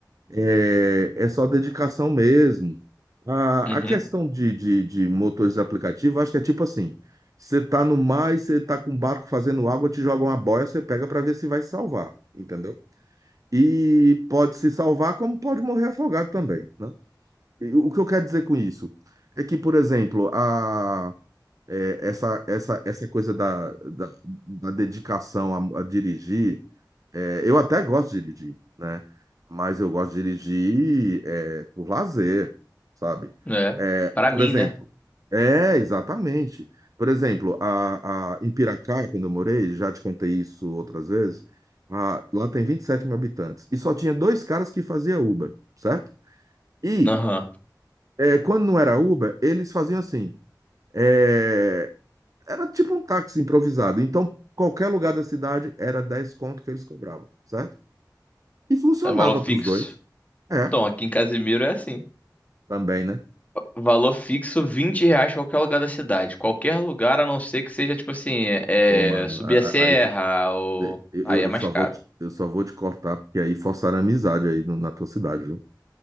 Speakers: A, on the right (about 50°); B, on the left (about 20°).
A: É, é só dedicação mesmo. A,
B: Uhum,
A: a questão de, de, de motores de aplicativo, acho que é tipo assim: você tá no mar e você tá com um barco fazendo água, te joga uma boia, você pega para ver se vai se salvar, entendeu? E pode se salvar, como pode morrer afogado também, né? E o que eu quero dizer com isso é que, por exemplo, a, é, essa, essa, essa coisa da, da, da dedicação a, a dirigir. É, eu até gosto de dirigir, né? Mas eu gosto de dirigir é, por lazer, sabe?
B: é.
A: É,
B: para
A: por
B: mim,
A: exemplo,
B: né?
A: é, exatamente. Por exemplo, a, a, em Piracaia, quando eu morei, já te contei isso outras vezes, a- lá tem 27 mil habitantes e só tinha dois caras que faziam Uber, certo? E
B: Aham.
A: é, quando não era Uber, eles faziam assim, é, era tipo um táxi improvisado. Então, qualquer lugar da cidade era 10 conto que eles cobravam, certo? E funcionava
B: É valor fixo.
A: para os dois. É,
B: Então, aqui em Casimiro é assim.
A: também, né?
B: Valor fixo, 20 reais pra qualquer lugar da cidade. Qualquer lugar, a não ser que seja, tipo assim, é,
A: Pô, mano,
B: é, subir
A: a-
B: a serra
A: a- aí fo-
B: ou...
A: eu,
B: Aí é
A: eu
B: mais
A: só
B: caro,
A: vou te, eu só vou te cortar, porque aí forçaram a amizade aí no- na tua cidade, viu?